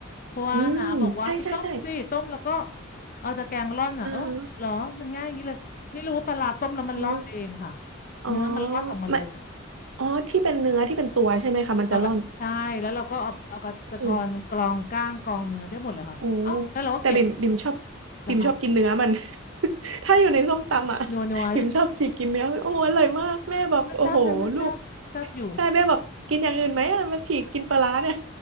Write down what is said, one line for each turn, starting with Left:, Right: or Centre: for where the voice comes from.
Left: เพราะว่าน้าบอกว่าไปต้มสิต้มแล้วก็
Right: อืมใช่ใช่ใช่
Left: เอาตะแกรงร่อนอ่ะเออเหรอมันง่ายอย่างนี้เลยนี่รู้ว่าปลาร้าต้มแล้วมันร่อนเองค่ะ
Right: อ่าอ๋ออ๋อ
Left: เนื้อมันร่อนออกมาเลยอ่ะ
Right: ไม่อ๋อที่เป็นเนื้อที่เป็นตัวใช่ไหมคะมันจะร่อน
Left: มาแบบใช่แล้วเราก็เอาเอากระกระชอนกรองก้างกรองเนื้อได้หมดเลยค่ะเอ้าแล้วเราก็เก็บ
Right: โอ้ โอ้แต่บิ่มบิ่มชอบ
Left: เหรอคะ
Right: บิ่มชอบกินเนื้อมัน <laughs> ถ้าอยู่ในส้มตำอ่ะ
Left: นัวนัว
Right: <laughs> บิ่มชอบฉีกกินเนื้อมันโอ้อร่อยมากแม่บอกโอ้โหลูก
Left: <laughs> มันแซ่บนะมันแซ่บแซ่บอยู่
Right: ใช่แม่บอกกินอย่างอื่นไหมอ่ะมาฉีกกินปลาร้าเนี่ย